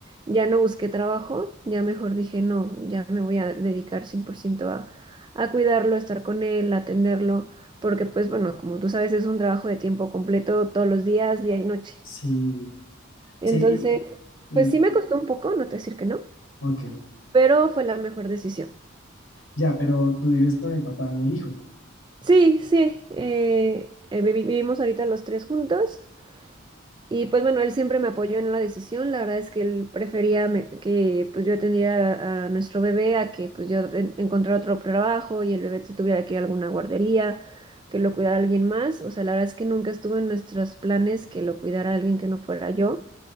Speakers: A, on the right; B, on the left.
A: Ya no busqué trabajo, ya mejor dije, no, ya me voy a dedicar 100% a, a cuidarlo, a estar con él, a atenderlo, porque pues bueno, como tú sabes, es un trabajo de tiempo completo todos los días, día y noche.
B: Sí.
A: Entonces,
B: Sí, y-
A: pues sí me costó un poco, no te voy a decir que no,
B: ok,
A: pero fue la mejor decisión.
B: ya, pero tú vives con el papá del hijo.
A: Sí, sí, eh, eh, vivi- vivimos ahorita los tres juntos y pues bueno, él siempre me apoyó en la decisión, la verdad es que él prefería me- que pues yo atendiera a, a nuestro bebé a que pues yo en- encontrara otro trabajo y el bebé se tuviera que ir a alguna guardería, que lo cuidara alguien más, o sea, la verdad es que nunca estuvo en nuestros planes que lo cuidara alguien que no fuera yo.